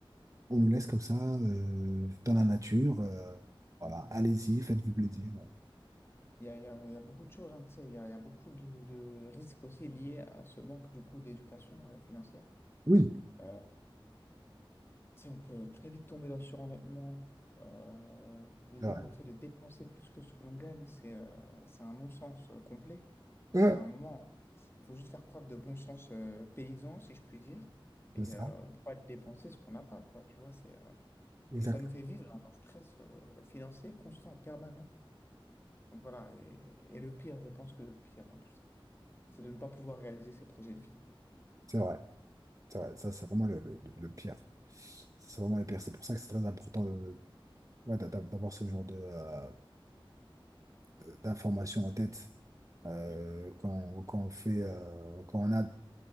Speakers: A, on the right; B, on the left.
A: On nous laisse comme ça, euh, dans la nature. euh, voilà, allez-y, faites-vous plaisir.
B: Il y a, il y a- il y a beaucoup de choses, hein, tu sais, il y a, il y a beaucoup de, de risques aussi liés à ce manque du coup d'éducation euh, financière.
A: Oui,
B: Euh, tu sais, on peut très vite tomber dans le surendettement. Euh, déjà,
A: c'est vrai.
B: le fait de dépenser plus que ce que l'on gagne, c'est euh, c'est un non-sens euh, complet.
A: Ouais,
B: Enfin, à un moment, il faut juste faire preuve de bon sens euh, paysan, si je puis dire, et
A: c'est ça,
B: euh, on ne peut pas dépenser ce qu'on n'a pas, quoi, tu vois, c'est, euh,
A: exact.
B: et ça nous fait vivre dans un stress euh, financier constant, permanent. Donc voilà, et, et le pire, je pense que le pire en tout ça. c'est de ne pas pouvoir réaliser ses projets de vie.
A: C'est vrai. Ça, ça, c'est vraiment le, le, le pire. C'est vraiment le pire. C'est pour ça que c'est très important de, ouais, d'a- d'a- d'avoir ce genre de, euh, de- d'informations en tête euh, quand, quand on fait, euh, quand on a